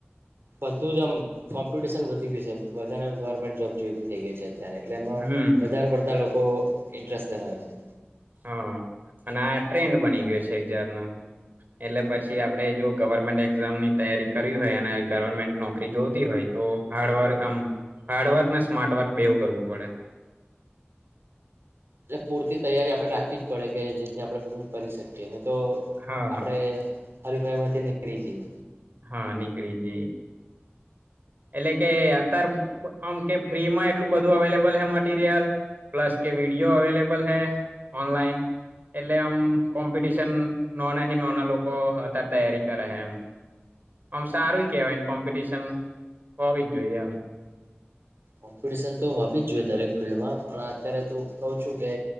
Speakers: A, on the right (about 65°); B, on the right (about 45°).
A: બધું જ આમ કોમ્પિટશન વધી ગયું છે. વધારે ગવર્મેન્ટ જોબ જોઈ હતી. થઇ ગઇ છે. એટલે એમાં
B: હમ
A: વધારે પડતા લોકો લોકો ઇન્ટરેસ્ટ ધરાવે છે.
B: હા અને આ ટ્રેન્ડ બની ગયો છે એ જાત નુ એટલે પછી આપણે જો ગવર્મેન્ટ એક્ઝામની તૈયારી કરી હોય અને ગવર્મેન્ટ નોકરી જોતી હોય તો હાર્ડવર્ક આમ હાર્ડવર્ક ને સ્માર્ટવર્ક બેવું કરવું પડે.
A: એટલે પૂરતી તૈયારી આપડણે રાખવી જ પડે કે જેથી આપણે બધું કરી શકીએ તો આપડે
B: હા
A: હરીફાઈમાંથી કરીજએ
B: હા નીકળી જ એટલે કે અતાર આમ કે ફ્રીમાં એટલું બધું અવેલેબલ હે મટીરિયલ પ્લસ કે વિડીયો અવેલેબલ હે ઓનલાઈન એટલે આમ કોમ્પિટશન નોના નોના લોકો અત તૈયારી કરે છે એમ આમ સારું કેવાય કોમ્પિટશન કોબી જોય આમ
A: કોમ્પિટિશન તો હોવી જ જોઈએ દરેક ફિલ્ડમાં પણ અત્યારે તું કહ છું કે